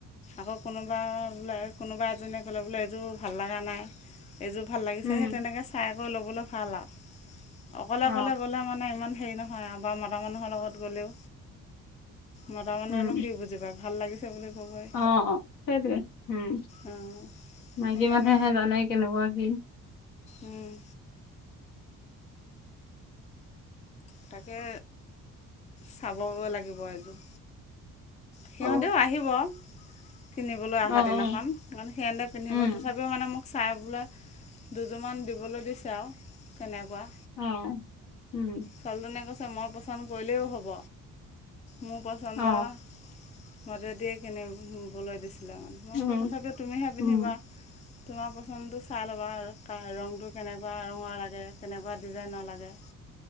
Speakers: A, on the left; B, on the left.
A: আকৌ কোনোবা বোলে কোনোবা এজনীয়ে ক'লে বোলে এইযোৰ ভাল লগা নাই, এইযোৰ ভা
B: উম
A: সেই তেনেকে চাই কৰি ল'বলৈ ভাল আৰু অকলে-
B: অ
A: অকলে গ'লে মানে ইমান হেৰি ন হয় বা মতা মানুহৰ লগত গ'লেও মতা মানুহেনো
B: উম
A: কি বুজি পায় ভাল লাগিছে বুলি ক'বই
B: অ', সেইটোৱেই, উম।
A: অঁ
B: মাইকী
A: সেইকাৰণে
B: মানুহেহে জানে কেনেকুৱা কি।
A: উম্। তাকে চাবগৈ লাগিব এযোৰ। সিহঁতেও
B: অ
A: আহিব। কিনিবলৈ অহা
B: অ অ
A: দিনাখন, কাৰণ সিহঁতে পিন্ধিব
B: উম
A: তথাপিও মানে মোক চাই বোলে দুযোৰমান দিবলৈ দিছে আৰু কেনেকুৱা।
B: অ', উম।
A: ছোৱালীজনীয়ে কৈছে মই পচন্দ কৰিলেও হ'ব মোৰ পচন্দৰ
B: অ
A: মাজেদিয়ে কিনিবলৈ দিছিলে মানে মই
B: উম
A: বোলো তথাপিও তুমিহে পিন্ধিবা।
B: উম
A: তোমাৰ পচন্দটো চাই ল'বা আৰুা ৰংটো কেনেকুৱা ৰঙৰ লাগে কেনেকুৱা ডিজাইনৰ লাগে। <inaudible>